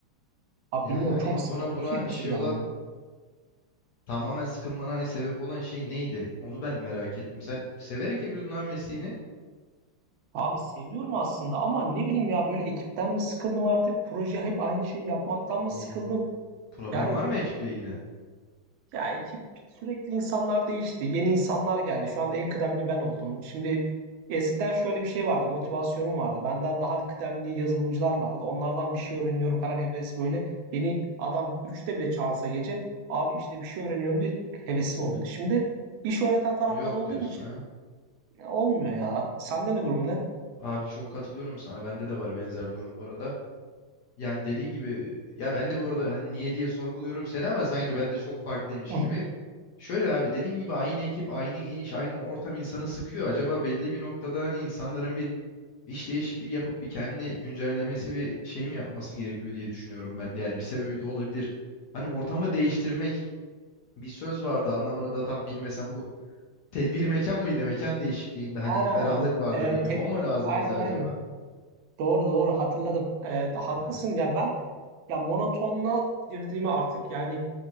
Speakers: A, on the right (about 75°); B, on the left (about 65°).
A: Abi
B: Yani
A: bilmiyorum
B: hani
A: çok sıkıldım
B: buna
A: hiçbir
B: buna
A: şey yapasım
B: şey
A: gelmiyor.
B: olan tamamen sıkılmana hani sebep olan şey neydi? Onu ben merak ettim. Sen severek yapıyordun abi mesleğini.
A: Abi seviyorum aslında ama ne bileyim ya böyle ekipten mi sıkıldım artık proje hep aynı şeyi yapmaktan mı
B: Bir
A: sıkıldım?
B: problem
A: Yani
B: var mı ekiple ilgili?
A: ya ekip sürekli insanlar değişti yeni insanlar geldi şu anda en kıdemli ben oldum. Şimdi eskiden şöyle bir şey vardı motivasyonum vardı benden daha kıdemli yazılımcılar vardı onlardan bir şey öğreniyorum falan hevesi böyle. Beni adam üçte bile çağırsa gece abi işte bir şey öğreniyorum diye hevesim oluyordu. Şimdi iş öğreten taraf
B: Yok
A: ben olduğum
B: diyorsun
A: için
B: ha.
A: ya olmuyor ya sende ne durum ne?
B: Abi çok katılıyorum sana. Bende de var benzer durum bu arada. Yani dediğin gibi ya ben de bu arada hani niye diye sorguluyorum seni ama sanki ben de çok farklıymış
A: <laughs>
B: gibi. Şöyle abi dediğin gibi aynı ekip, aynı iş, aynı ortam insanı sıkıyor. Acaba belli bir noktada hani insanların bir iş değişikliği yapıp bir kendi güncellemesi ve şey mi yapması gerekiyor diye düşünüyorum ben de. Yani bir sebebi de olabilir. Hani ortamı değiştirmek bir söz vardı anlamını da tam bilmesem bu tedbir mekan mıydı? Mekan değişikliğinde hani
A: Ha,
B: ferahlık vardır
A: e,
B: gibi.
A: tedbir
B: O mu lazım
A: aynen
B: bize acaba?
A: aynen doğru doğru hatırladım E, da- haklısın
B: Yani.
A: ya ben ya monotonluğa girdiğimi artık yani